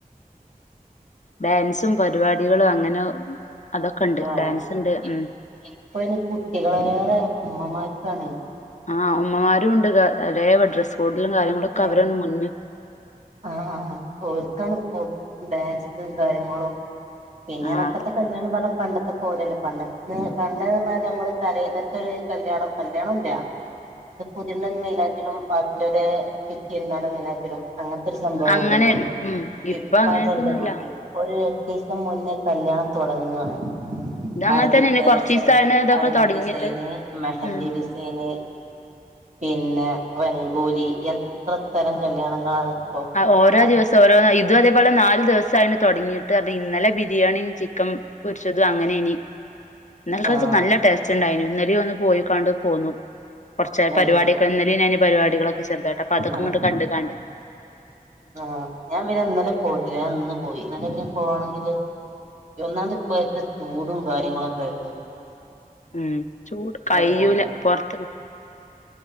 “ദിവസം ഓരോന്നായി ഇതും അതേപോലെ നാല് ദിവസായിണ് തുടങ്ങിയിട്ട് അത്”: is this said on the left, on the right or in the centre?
Left